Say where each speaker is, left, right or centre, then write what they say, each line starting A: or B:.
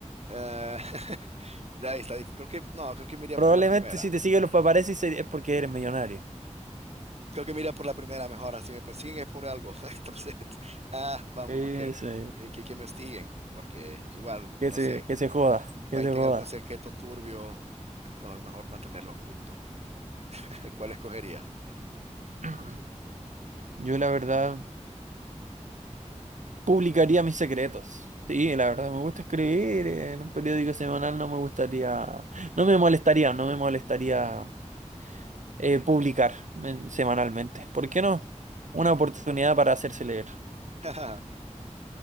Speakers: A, on the right; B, on the right.
A: eh, <laughs> ahí está difícil. Creo que, no, creo que me iría
B: Probablemente
A: por la primera.
B: si te siguen los paparazzi se- es porque eres millonario.
A: Creo que me iría por la primera mejor. ah, Si me persiguen es por algo. <laughs> Entonces, ah, vámonos,
B: Eso
A: que,
B: es.
A: eh, que, que me hostiguen, porque igual,
B: Que
A: no
B: se,
A: sé,
B: que se joda, que
A: va
B: se
A: y tenga
B: joda.
A: algún secreto turbio. Lo mejor mantenerlo oculto. <laughs> ¿Cuál escogerías?
B: <clears throat> Yo la verdad publicaría mis secretos. Sí, la verdad me gusta escribir. En un periódico semanal no me gustaría, no me molestaría, no me molestaría eh, publicar men- semanalmente. ¿Por qué no? Una oportunidad para hacerse leer.
A: <laughs>